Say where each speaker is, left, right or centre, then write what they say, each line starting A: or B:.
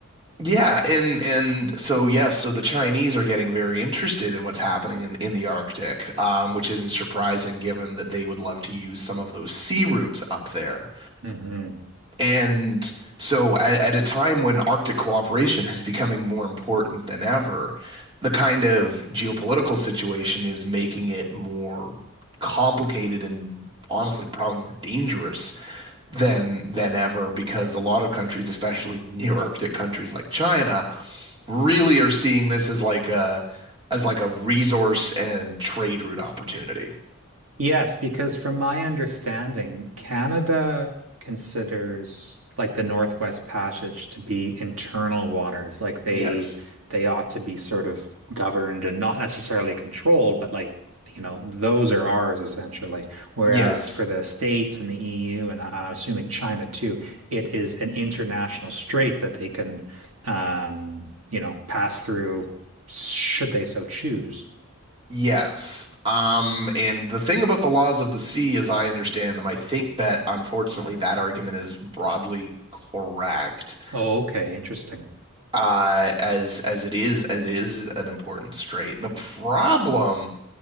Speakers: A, on the right; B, on the right.
A: Yeah, and and so yes, so the Chinese are getting very interested in what's happening in in the Arctic, um, which isn't surprising given that they would love to use some of those sea routes up there.
B: Mhm.
A: And so, at, at a time when Arctic cooperation is becoming more important than ever, the kind of geopolitical situation is making it more complicated and honestly, probably more dangerous than than ever because a lot of countries, especially <laughs> near Arctic countries like China, really are seeing this as like a as like a resource and trade route opportunity.
B: Yes, because from my understanding, Canada considers like the Northwest Passage to be internal waters. Like they
A: Yes.
B: they ought to be sort of governed and not necessarily controlled, but like, you know, those are ours essentially. Whereas
A: Yes.
B: for the States and the EU, and I- I'm assuming China too, it is an international strait that they can um, you know, pass through should they so choose.
A: Yes. Um, and the thing about the laws of the sea, as I understand them, I think that unfortunately that argument is broadly correct,
B: Oh, okay, interesting.
A: uh, as as it is as it is an important strait. The problem